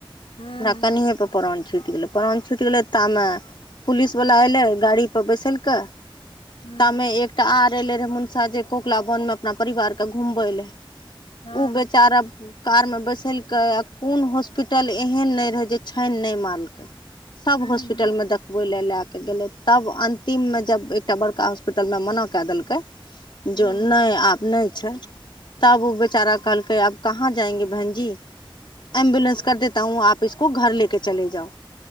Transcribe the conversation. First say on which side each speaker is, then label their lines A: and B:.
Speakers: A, on the left; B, on the left.
A: हू
B: तानी प पान छुट गेलै परन छुट गेलै तऽमे पुिस बला अइै गाड़ी। बैसल कऽ
A: हूँ
B: तमे एक। टा आर एले रहे मना कोकलावन मे अपना परिवार के घूमबे ले।
A: हँ
B: ओ बेचारा कार में बैसलकै आ कोन हॉस्पिटल एहन नहि रहे जे छानि नहि मारकै सब
A: हूँ
B: हॉस्पिटल मे देखबै ल ले के गेलै तब अंतिम मे जब एकटा बड़का होस्पिटल मे मना के देलकै
A: हूँ
B: जो नहि आब नहि छै तब ओ बेचारा कहलकै आप कहाँ जाएंगे बहन जी एम्बुलेस कर देता हूँ आप इसको घर लेके चले जाउ